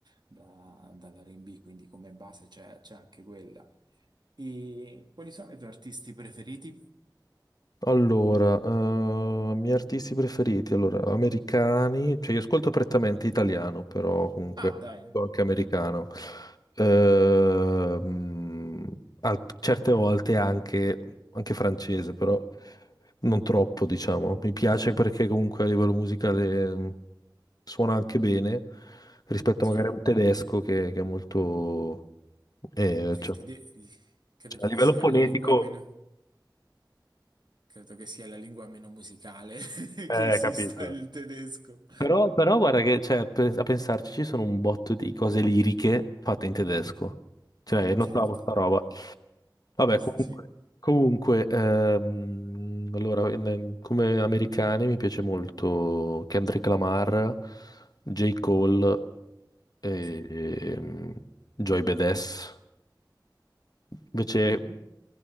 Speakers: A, on the right; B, on the left.
A: da- dall'R&B, quindi come base c'è c'è anche quella. E quali sono i tuoi artisti preferiti?
B: Allora, eh, miei artisti preferiti, allora, americani, cioè io ascolto prettamente italiano, però comunque
A: Ah, dai,
B: sono anche americano. Ehm, al- certe volte anche, anche francese, però non troppo, diciamo. Mi piace perché comunque a livello musicale mh, suona anche bene rispetto
A: sì,
B: magari a un tedesco che, che è molto... eh,
A: Beh,
B: cioè,
A: il tedesco credo
B: a livello
A: che sia
B: fonetico,
A: la lingua meno. Credo che sia la lingua meno musicale <laughs>
B: eh,
A: che esista
B: capito?
A: il tedesco.
B: Però, però guarda che, cioè, pe- a pensarci ci sono un botto di cose liriche fatte in tedesco. Cioè, notavo
A: Certo.
B: sta roba.
A: Beh,
B: Vabbè,
A: Questo
B: comunque,
A: sì,
B: comunque ehm, allora, in- come americani mi piace molto Kendrick Lamar, J. Cole e
A: sì.
B: ehm, Joy Badass. Invece,
A: Mhm.